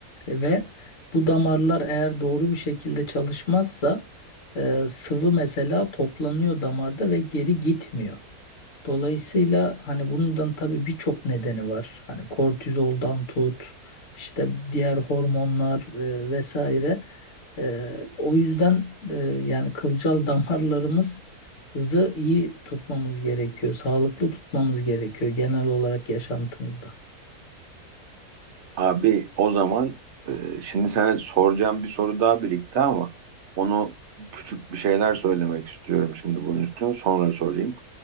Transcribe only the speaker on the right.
Abi o zaman e, şimdi sana soracağım bir soru daha birikti ama onu küçük bir şeyler söylemek istiyorum şimdi bunun üstüne sonra sorayım.